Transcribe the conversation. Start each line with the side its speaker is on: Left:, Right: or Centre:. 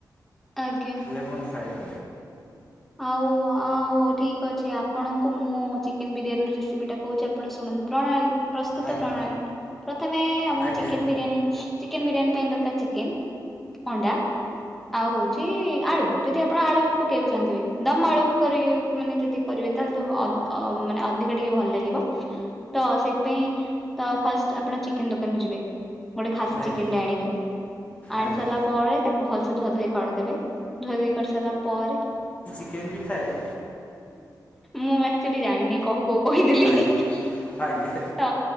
Centre: ଆଜ୍ଞା।
Left: Lemon fried.
Centre: ଆଉ ଆଉ ଠିକ ଅଛି ଆପଣଙ୍କୁ ମୁଁ ଚିକେନ ବିରିୟାନୀ ରେସିପି ଟା କହୁଛି ଆପଣ ଶୁଣ ପ୍ରଣାଳୀ ପ୍ରସ୍ତୁତ
Left: ଆଜ୍ଞା
Centre: ପ୍ରଣାଳୀ ପ୍ରଥମେ ଆମକୁ
Left: ଆଜ୍ଞା
Centre: ଚିକେନ ବିରିୟାନୀ ହୁ ଚିକେନ ବିରିୟାନୀ ପାଇଁ ଦର୍କାର୍ ଚିକେନ। ଅଣ୍ଡା ଆଉ ହଉଛି ଆଳୁ ଯଦି ଆପଣ ଆଳୁ ବି ପକେଇବାକୁ ଚାହୁଁଥିବେ। ଦମ ଆଳୁ କରି ମାନେ ଯଦି କରିବେ ତାହେଲେ ତ ଅ ଅ ମାନେ ଅଧିକା ଟିକେ ଭଲ ଲାଗିବ। ତ ସେଥିପାଇଁ ତ ଫାଷ୍ଟ ଆପଣ ଚିକେନ ଦୋକାନକୁୁ ଯିବେ। ଗୋଟେ ଖାସି
Left: ଆଜ୍ଞା
Centre: ଚିକେନ ଟେ ଆଣିବେ ଆଣି
Left: ଆଜ୍ଞା
Centre: ସାରିଲା ପରେ ତାକୁ ଭଲସେ ଧୁଆ ଧୋଇ କରିଦେବେ। ଧୁଆ ଧୋଇ କରି ସାରିଲା ପରେ
Left: ଚିକେନ ଵି ଥାଏ।
Centre: ମୁଁ ଆକ୍ଚୁଲି ଜାଣିନି କହୁ କୋହୁ କହିଦେଲି
Left: ଆଜ୍ଞା
Centre: <inaudible>
Left: ଆଜ୍ଞା
Centre: ତ